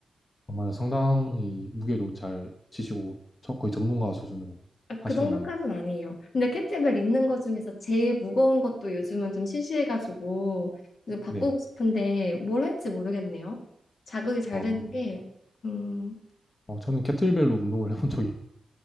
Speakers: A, on the left (about 25°); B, on the left (about 65°).
A: 정말 상당히 무게도 잘 치시고 저- 거의 전문가 수준으로
B: 아,
A: 하시겠네요.
B: 그 정도까지는 아니에요. 근데 캐트벨 있는 것 중에서 제일 무거운 것도 요즘은 좀 시시해가지고 좀 바꾸고
A: 네.
B: 싶은데 뭘 할지 모르겠네요. 자극이 잘
A: 아,
B: 되는 게 음,
A: 어, 저는 캐틀벨로 운동을 해본 적이